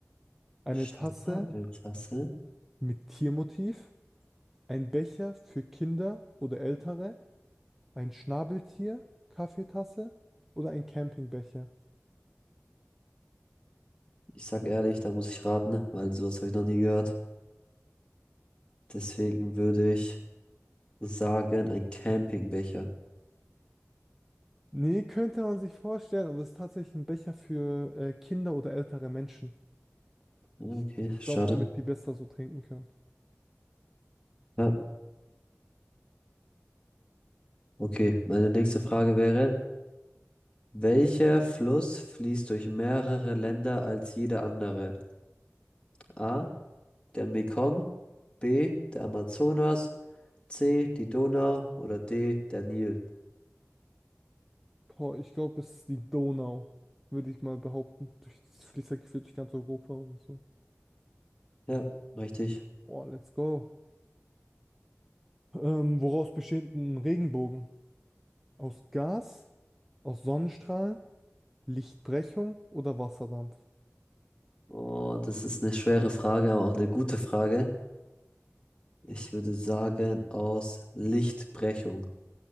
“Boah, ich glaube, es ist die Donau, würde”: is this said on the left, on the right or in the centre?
Centre